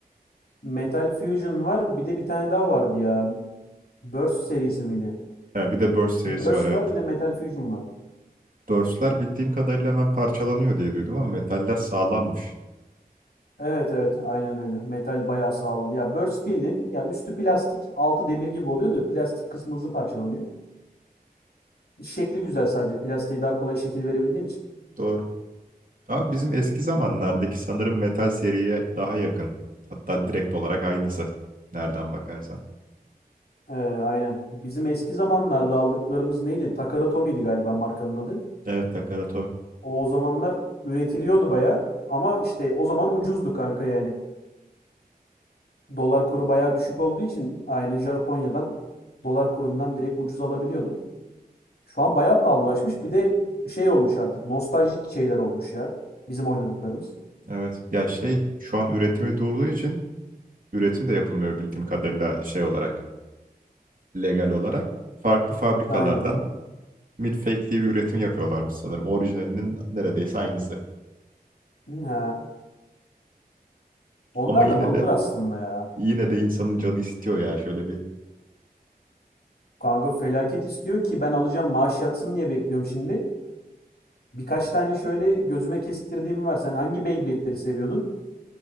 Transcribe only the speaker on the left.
Metal Fusion var. Bir de bir tane daha vardı ya. Burst serisi miydi?
Bir Burst
var bir de Metal Fusion var.
Evet evet aynen öyle. Metal bayağı sağlam. Ya Burst bildiğin ya üstü plastik altı demir gibi oluyor da plastik kısmı hızlı parçalanıyor. Şekli güzel sadece. Plastiğe daha kolay şekil verebildiğin için.
Ee, aynen. Bizim eski zamanlarda aldıklarımız neydi? Takara Tommy'ydi galiba markanın adı.
O, o zamanlar üretiliyordu baya ama işte o zaman ucuzdu kanka yani. Dolar kuru baya düşük olduğu için aynı Japonya'dan dolar kurundan direkt ucuz alabiliyordun. Şu an baya pahalılaşmış. Bir de şey olmuş artık nostaljik şeyler olmuş ya bizim oynadıklarımız.
Aynen.
Ha. Onlardan
alınır
aslında ya.
Kanka felaket istiyor ki ben alacağım maaş yatsın diye bekliyorum şimdi. Birkaç tane şöyle gözüme kestirdiğim var. Sen hangi Beyblade'leri seviyordun?